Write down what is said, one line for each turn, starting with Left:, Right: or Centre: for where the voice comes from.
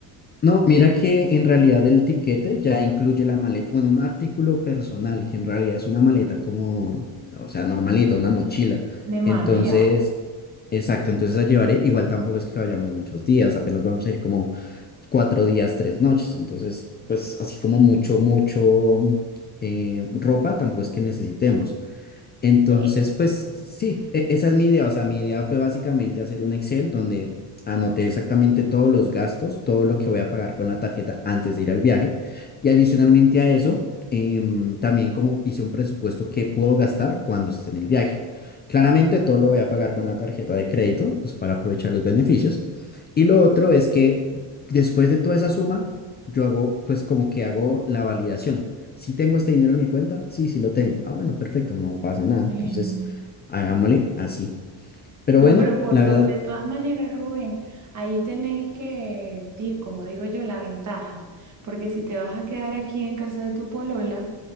Left: No, mira que en realidad el tiquete ya incluye la maleta, bueno, un artículo personal, que en realidad es una maleta como, o sea, normalito, una mochila.
Right: de mano
Left: Entonces,
Right: ya?
Left: exacto, entonces la llevaré. Igual tampoco es que vayamos muchos días, apenas vamos a ir como cuatro días, tres noches. Entonces, pues así como mucho, mucho eh, ropa, tampoco es que necesitemos. Entonces,
Right: Sí.
Left: pues sí, e- esa es mi idea. O sea, mi idea fue básicamente hacer un Excel donde anoté exactamente todos los gastos, todo lo que voy a pagar con la tarjeta antes de ir al viaje. Y adicionalmente a eso, em, también como hice un presupuesto que puedo gastar cuando esté en el viaje. Claramente todo lo voy a pagar con la tarjeta de crédito, pues para aprovechar los beneficios. Y lo otro es que después de toda esa suma, yo hago, pues como que hago la validación. Si tengo este dinero en mi cuenta, sí, sí lo tengo. Ah, bueno, perfecto, no pasa nada.
Right: Bueno.
Left: Entonces, hagámosle así. Pero
Right: No,
Left: bueno,
Right: pero por
Left: la
Right: to-
Left: verdad,
Right: de todas maneras, Rubén, ahí tenéis que, di- como digo yo, la ventaja, porque si te vas a quedar aquí en casa de tu polola,